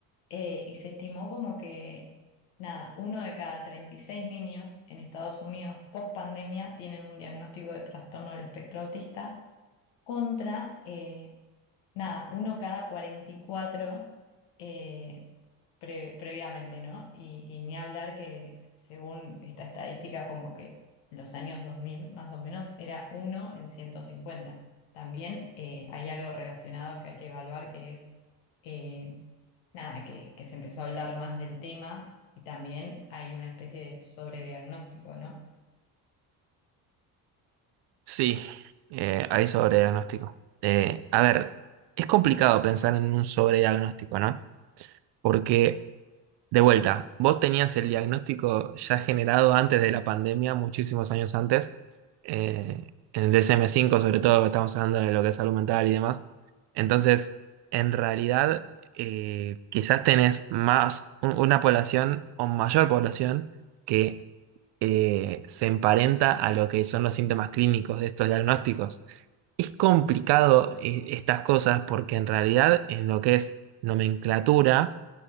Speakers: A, on the left; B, on the right.
A: eh, y se estimó como que, nada, uno de cada 36 niños en Estados Unidos pospandemia tienen un diagnóstico de trastorno del espectro autista contra eh, nada, uno cada 44 eh, pre- previamente, ¿no? Y, y ni hablar que s- según esta estadística, como que los años 2000 más o menos era uno en ciento cincuenta También eh, hay algo relacionado que hay que evaluar que es, eh, nada, que, que se empezó a hablar más del tema y también hay una especie de sobrediagnóstico, ¿no?
B: Sí, eh, hay sobrediagnóstico. Eh, a ver, es complicado pensar en un sobrediagnóstico, ¿no? Porque De vuelta, vos tenías el diagnóstico ya generado antes de la pandemia, muchísimos años antes, eh, en el D S M cinco, sobre todo, que estamos hablando de lo que es salud mental y demás. Entonces, en realidad, eh, quizás tenés más, un- una población o mayor población que eh, se emparenta a lo que son los síntomas clínicos de estos diagnósticos. Es complicado, eh, estas cosas porque en realidad en lo que es nomenclatura,